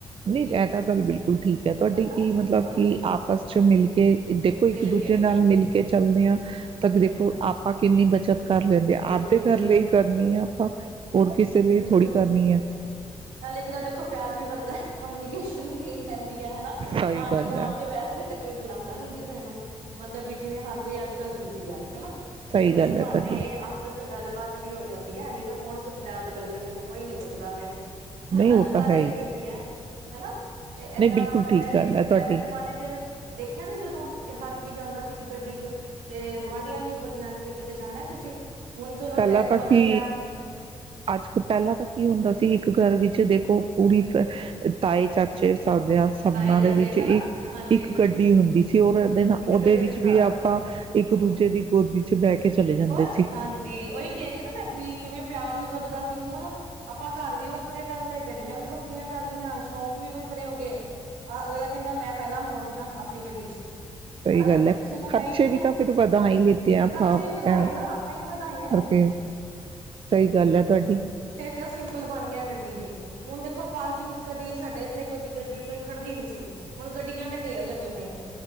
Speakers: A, on the right; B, on the right.
A: ਨਹੀਂ
B: ਵੀ
A: ਜਾ ਤਾਂ ਗੱਲ ਬਿਲਕੁਲ ਠੀਕ ਹੈ, ਤੁਹਾਡੀ
B: ਹਨਾ
A: ਕੀ ਮਤਲਬ
B: ਹਾਂਜੀ
A: ਕੀ ਆਪਸ ਚ ਮਿਲ ਕੇ ਦੇਖੋ ਇੱਕ
B: ਮਿਲ
A: ਦੂਜੇ
B: ਕੇ
A: ਨਾਲ ਮਿਲ ਕੇ। ਚਲਦੇ ਆਂ। ਤੱਕ
B: ਮਿਲ
A: ਦੇਖੋ
B: ਕੇ ਚੱਲ
A: ਆਪਾਂ ਕਿੰਨੀ ਬਚਤ ਕਰ ਲੈਂਦੇ ਆ
B: ਬਿਲਕੁਲ
A: ਆਪੇ ਕਰ
B: ਬਿਲਕੁਲ
A: ਲਈ ਕਰਨੀ ਆ ਆਪਾਂ ਹੋਰ ਕਿਸੇ ਲਈ
B: ਬਿਲਕੁਲ
A: ਥੋੜੀ ਕਰਨੀ ਹੈ।
B: ਨਾਲ ਇੱਕ ਤਾਂ ਦੇਖੋ ਪਿਆਰ ਵੀ ਬਨਦਾ। ਕਮਨੀਕੇਸ਼ਨ ਪੈਂਦੀ ਆ ਹਨਾ
A: ਸਹੀ
B: ਆਂਡੇ
A: ਗੱਲ
B: ਤੋਂ
A: ਐ,
B: ਆਂਡੇ ਵੈਸੇ ਤੇ ਕੋਈ ਬੁਲੰਦ, ਹਨੀ ਕਿਸੇ ਨੂੰ ਮਤਲਬ ਵੀ ਜਿਵੇਂ ਹਰ ਕੋਈ ਅੱਜ ਕੱਲ ਹਰ ਕੋਈ ਬਿਜ਼ੀ ਆ। ਹਨਾ
A: ਸਹੀ
B: ਤੇ
A: ਗੱਲ
B: ਇਸ ਬਹਾਨੇ
A: ਐ ਤੁਹਾਡੀ।
B: ਆਪਸ ਚ ਗੱਲਬਾਤ, ਵੀ ਹੋ ਜਾਂਦੀ ਹੈ, ਐਵੇ ਕੌਣ ਪੁੱਛਦਾ ਅੱਜ ਕੱਲ ਕਿਸੇ ਨੂੰ ਕੋਈ ਨਹੀਂ ਪੁੱਛਦਾ ਪਿਆ। ਹਾਂ
A: ਨਹੀਂ ਉਹ
B: ਸਾਰੇ
A: ਤਾਂ ਹੈ ਹੀ,
B: ਬਿਜੀ ਹੈ, ਹਨਾ, ਤੇ
A: ਨਹੀਂ
B: ਇਦਾਂ
A: ਬਿਲਕੁਲ
B: ਪਹਿਲੇ
A: ਠੀਕ ਗੱਲ
B: ਵੀ
A: ਐ ਤੁਹਾਡੀ।
B: ਪਹਿਲਾਂ ਜਮਾਨੇ ਚ, ਦੇਖਿਆ ਨਹੀਂ ਜਦੋਂ ਇਹ ਹਰ ਕੋਈ ਜਾਂਦਾ ਸੀ, ਇੱਕ ਗੱਡੀ ਚ ਤੇ ਗੁਆਂਢੀਆਂ ਨੂੰ ਵੀ ਪੁੱਛ ਲੈਂਦੇ ਸੀ ਕਿਤੇ ਜਾਣਾ ਤੁਸੀਂ। ਹੁਣ ਚਲੋ
A: ਪਹਿਲਾਂ
B: ਟਰੈਂਡ
A: ਤਾਂ
B: ਬਦਲ
A: ਕਿ
B: ਗਿਆ।
A: ਅੱਜ ਪਹਿਲਾਂ ਤਾਂ ਕੀ ਹੁੰਦਾ ਸੀ। ਘਰ ਵਿੱਚ ਦੇਖੋ ਪੁਰੀ, ਤਾਏ ਚਾ ਚ ਸਾਡੇ ਸਬਨਾਂ
B: ਹਾਏ ਚਾਚੇ
A: ਦੇ ਵਿੱਚ ਇੱਕ
B: ਹਨਾ ਹਾਂਜੀ
A: ਇੱਕ ਗੱਡੀ ਹੁੰਦੀ। ਚ ਉਹ ਰਹਿੰਦੇ ਨਾ
B: ਇੱਕ
A: ਉਹਦੇ
B: ਗੱਡੀ
A: ਵਿੱਚ
B: ਨੂੰ ਸਾਰੇ
A: ਵੀ ਆਪਾਂ
B: ਜਾਣੇ
A: ਇੱਕ
B: ਹੂੰ
A: ਦੂਜੇ ਦੀ ਗੋਦੀ ਚ ਬਹਿ ਕੇ ਚਲੇ ਜਾਂਦੇ
B: ਹੋਰ
A: ਸੀ।
B: ਹਾਂਜੀ ਉਹੀ ਕਹਿ ਰਹੀ ਨਾ ਮੈਂ ਵੀ ਕਿਵੇਂ ਪਿਆਰ ਵੀ ਵੱਧਦਾ ਸੀ, ਹੁਣ ਆਪਾਂ ਘਰ ਵੀ ਵੱਖਰੇ ਕਰ ਲਏ ਗੱਡੀਆਂ ਵੀ ਵੱਖਰੀਆਂ ਕਰ ਲਈਆਂ, ਸ਼ੌਂਕ ਵੀ ਵੱਖਰੇ ਹੋ ਗਏ ਅਹ ਅਗਲਾ ਕਹਿੰਦਾ ਮੈਂ ਪਹਿਲਾਂ ਪਹੁੰਚਦਾ ਆਪਣੀ ਗੱਡੀ ਚ,
A: ਸਹੀ
B: ਹਨਾ
A: ਗੱਲ
B: ਕਿਸੇ
A: ਹੈ,
B: ਨੂੰ
A: ਖਰਚੇ
B: ਹੀ ਨਹੀਂ
A: ਵੀ
B: ਹੈ
A: ਤਾਂ ਫਿਰ ਵਧਾ ਹੀ ਲਿਤੇ ਆ ਆਪਾਂ
B: ਖਰਚੇ
A: <inaudible>
B: ਵੀ ਵਧਾਏ ਨਾ ਆਪਾਂ ਹੀ ਵਧਾਏ ਹੈ
A: ਕਰਕੇ ਸਹੀ ਗੱਲ ਹੈ ਤੁਹਾਡੀ,
B: ਤੇ ਸਿੰਬਲ ਬਣ ਗਿਆ ਗੱਡੀ ਵੀ, ਹੁਣ ਦੇਖੋ ਪਾਰਕਿੰਗ ਚ ਕਦੀ ਸਾਡੇ ਇੱਥੇ ਕਦੀ ਗੱਡੀ ਕੋਈ ਖੜਦੀ ਨੀ ਸੀ, ਹੁਣ ਗੱਡੀਆਂ ਦੇ ਢੇਰ ਲੱਗੇ ਪਏਂ